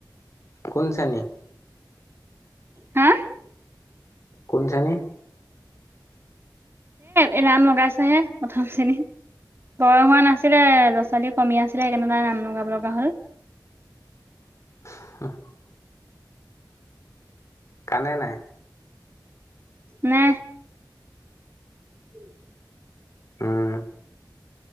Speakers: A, on the left; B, on the right.
A: কোন শ্ৰেণী
B: হাঁ
A: কোন শ্ৰেনী।
B: এ নাম লগাইছহে প্ৰথম শ্ৰেণীত বয় হোৱা নাছিলে ল'ৰা ছোৱালী কমি আছিলে সেইনেদাই নাম লগাব লগা হল।
A: <inaudible> কান্দো নাই
B: নে উম।
A: উম